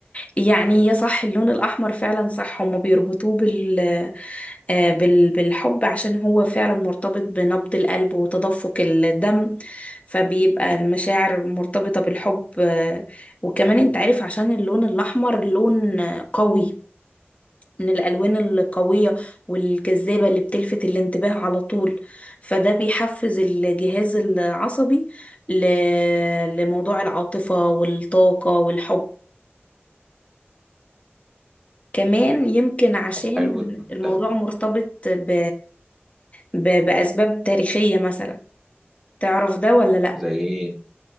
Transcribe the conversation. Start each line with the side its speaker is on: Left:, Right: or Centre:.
Left: يعني يا صح اللون الاحمر فعلا صح هما بيربطوه بال آه، بال- بالحب عشان هو فعلا مرتبط بنبض القلب وتدفق الدم فبيبقى المشاعر مرتبطة بالحب آه، وكمان انت عارف عشان اللون الاحمر لون آه، قوي من الألوان القوية والجذابة اللي بتلفت الانتباه على طول فده بيحفز الجهاز العصبي ل... لموضوع العاطفة والطاقة والحب كمان يمكن
Centre: <laughs>
Left: عشان
Centre: طب حلو
Left: الموضوع
Centre: ده
Left: مرتبط ب... ب... بأسباب تاريخية مثلا تعرف ده ولا
Centre: زي ايه